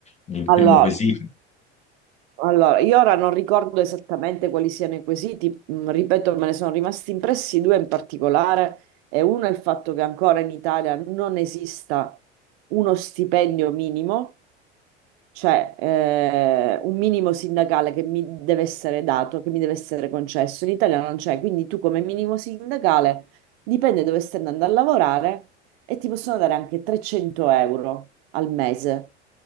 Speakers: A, on the left; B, on the right.
A: Il
B: allora,
A: primo quesito.
B: Allora, io ora non ricordo esattamente quali siano i quesiti, mm, ripeto, me ne sono rimasti impressi due in particolare, e uno è il fatto che ancora in Italia non esista uno stipendio minimo cioè, eh, un minimo sindacale che mi deve essere dato, che mi deve essere concesso. In Italia non c'è, quindi tu come minimo sindacale dipende dove stai andando a lavorare e ti possono dare anche 300 euro al mese.